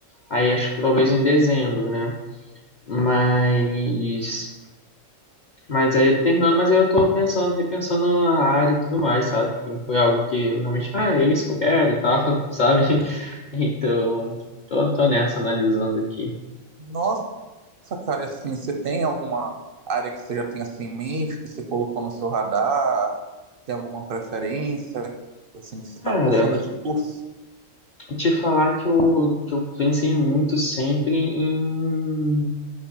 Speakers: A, on the left; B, on the right.
A: Aí acho que talvez em dezembro, né? Mas, mas aí eu terminando, mas aí eu tô pensando, repensando a área e tudo mais, sabe? Porque não foi algo que eu realmente, ah, é isso que eu quero e tal, <laughs> sabe? Então, tô, tô nessa analisando aqui.
B: Nossa, cara, e assim, você tem alguma área que você já tem assim em mente, que você colocou no seu radar? Tem alguma preferência, assim, que você tá
A: Cara,
B: pensando de curso?
A: te falar que eu, que eu pensei muito sempre em,